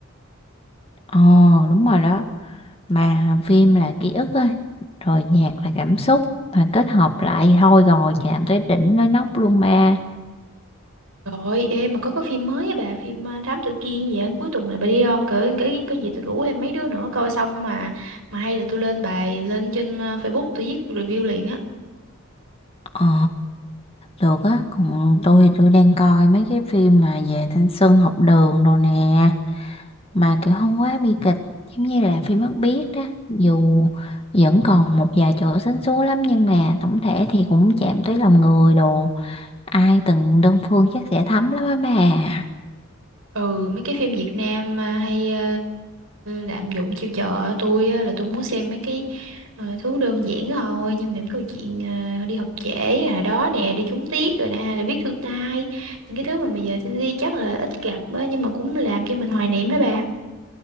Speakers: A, on the left; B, on the right.
A: ồ đúng rồi đó mà phim là ký ức á rồi nhạc là cảm xúc mà kết hợp lại thôi rồi chạm tới đỉnh nói nóc luôn ba
B: rồi em mà có cái phim mới á bà phim ờ, Thám Tử Kiên gì á cuối tuần này bà đi không cỡ cái cái gì tôi rủ thêm mấy đứa nữa coi xong mà mà hay là tôi lên bài lên trên ờ, Facebook tôi viết review liền á
A: ờ được á còn tôi tôi đang coi mấy cái phim mà về thanh xuân học đường đồ nè mà kiểu không quá bi kịch giống như là phim Mắt Biếc đó dù vẫn còn một vài chỗ sến súa lắm nhưng mà tổng thể thì cũng chạm tới lòng người đồ ai từng đơn phương chắc sẽ thấm lắm á bà
B: Ừ, mấy cái phim Việt Nam mà hay ờ, lạm dụng chiêu trò tôi á, là tôi muốn xem mấy cái ờ, thứ đơn giản thôi nhưng mà những câu chuyện ờ, đi học trễ hồi đó nè đi trúng tiết rồi nè hay là viết thư tay những cái thứ mà bây giờ Gen Z chắc là ít gặp á, nhưng mà cũng làm cho mình hoài niệm hả bà